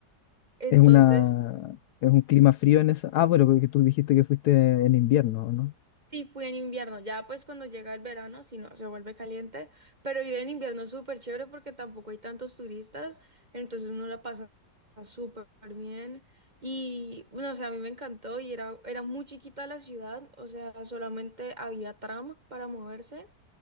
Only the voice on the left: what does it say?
Es una, es un clima frío en eso. Ah, bueno, porque tú dijiste que fuiste en invierno, ¿no?